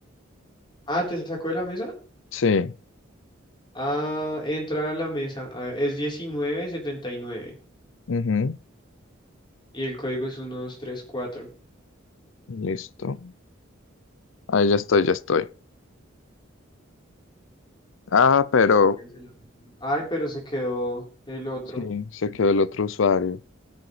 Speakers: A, on the left (about 25°); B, on the left (about 70°).
A: Ah, ¿te sacó de la mesa?
B: Sí,
A: Ah, entra a la mesa. A ver, es 1979 y nueve
B: ujú,
A: y el código es uno dos tres cuatro
B: listo. Ahí ya estoy, ya estoy. Ah, pero
A: Voy a cancelar. mi turno. Ay, pero se quedó el otro.
B: sí, se quedó el otro usuario.